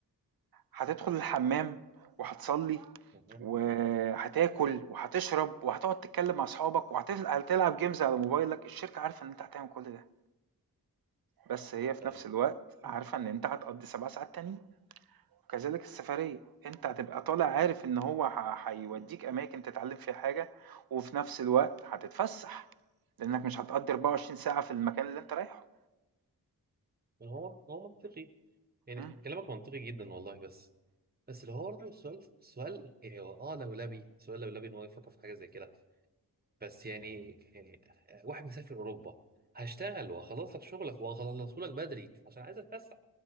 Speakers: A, on the right (about 65°); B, on the right (about 25°).
A: هتدخل الحمام وهتصلي
B: مم.
A: وهتاكل وهتشرب وهتقعد تتكلم مع اصحابك وهتلعب جيمز على موبايلك الشركة عارفة ان انت هتعمل كل ده بس هي في
B: آه.
A: نفس الوقت عارفة
B: مم.
A: ان انت هتقضي سبع ساعات تانيين كذلك السفرية انت هتبقى طالع عارف ان هو ه- هيوديك اماكن تتعلم فيها حاجة وفي نفس الوقت هتتفسح لانك مش هتقضي 24 ساعة في المكان اللي انت رايحه
B: هو هو منطقي يعني
A: مم.
B: كلامك منطقي جدا والله بس بس اللي هو برضه السؤال سؤال يعني هو اه لولبي سؤال لولبي ان هو يفكر في حاجه زي كده بس يعني يعني واحد مسافر اوروبا هشتغل وهخلص لك شغلك وهخلصه لك بدري عشان عايز اتفسح